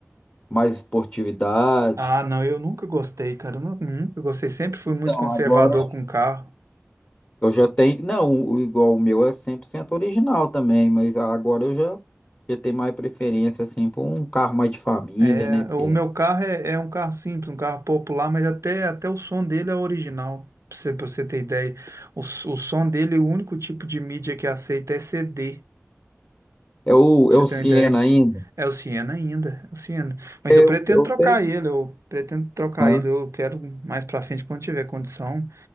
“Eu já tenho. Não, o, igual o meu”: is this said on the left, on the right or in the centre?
Left